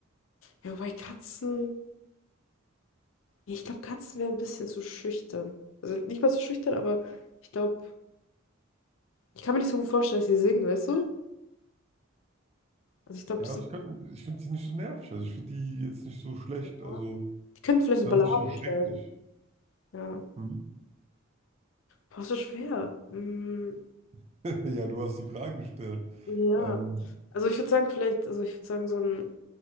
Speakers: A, on the left; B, on the right.
A: Ja, wobei Katzen. Ja, Ich glaube, Katzen wären ein bisschen zu schüchtern. Also nicht mal zu schüchtern, aber ich glaube, ich kann mir nicht so gut vorstellen, dass sie singen, weißt du? Also ich glaube,
B: Ja,
A: die
B: also
A: sind.
B: ich, kann- ich finde die nicht so nervig. Also ich finde die jetzt nicht so schlecht.
A: Ja,
B: Also.
A: die könnten vielleicht
B: Ist
A: so
B: ja
A: Balladen
B: nicht so schrecklich.
A: schreiben. Ja.
B: Mhm.
A: Boah, so schwer. Mm,
B: <laughs> Ja, du hast die Frage gestellt.
A: ja.
B: Ähm,
A: Also ich würde sagen, vielleicht, also ich würde sagen, so ein,